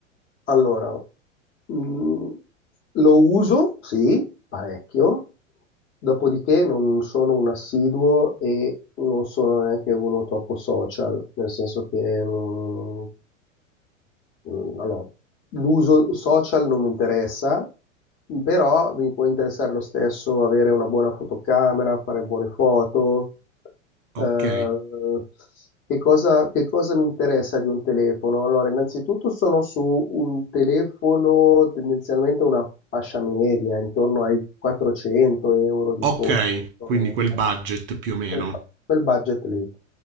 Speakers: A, on the left; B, on the right.
A: Allora, mh, lo uso, sì, parecchio, dopodiché non sono un assiduo e non sono neanche uno troppo social, nel senso che non, Mm, Allora, l'uso social non mi interessa, però mi può interessare lo stesso avere una buona fotocamera, fare buone foto.
B: ok,
A: Eh, che cosa, che cosa mi interessa di un telefono? Allora, innanzitutto sono su un telefono tendenzialmente una fascia media, intorno ai 400 euro di
B: ok,
A: costo. più
B: quindi
A: o meno
B: quel budget più o meno.
A: quel, bu- quel budget lì.